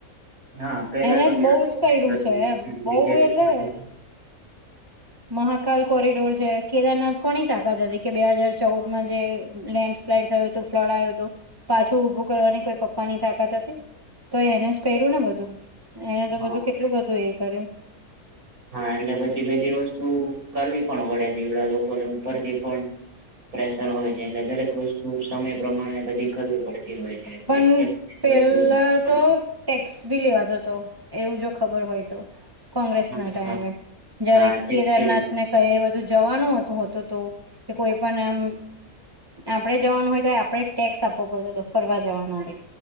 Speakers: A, on the right; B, on the right.
A: હા પેલા
B: એને
A: તો ક્યાં
B: બહ જ કર્યું છે એમ બહ
A: બીજેપી
B: એટલે મહાકાલ કોરિડોર છે કેદારનાથ કોની તાકાત હતી કે બે હાજાર ચૌદ માં જે લેન્ડ સ્લાઈડ થયું હતું ફ્લડ આવ્યું હતું પાછું ઉભું કરવાની કોઈ પપ્પા ની તાકાત હતી તો એને જ કર્યું ને બધું એને તો
A: હા
B: બધું કેટલું બધું એ કર્યું
A: હા એટલે પછી બધી વસ્તુ કરવી પણ પડે છે એવડા લોકોને ઉપરથી પણ પ્રેશર હોય છે એટલે દરેક વસ્તુ સમય પ્રમાણે બધી કરવી પડતી હોય છે,
B: પણ
A: એટલે <unintelligible>
B: પેલા
A: વસ્તુ
B: તો ટેક્સ ભી લેવાતો હતો એવું જો ખબર હોય તો કોંગ્રેસ
A: હા
B: ના ટાઈમે
A: હા
B: જયારે
A: હા હા,
B: કેદારનાથને કંઈ બધું જવાનું હતુ હોતું તો તે કોઈ પન એમ આપણેે જવાનું હોય તોયે આપણે જ ટેક્સ આપવો પડતો હતો ફરવા જવાનો ને?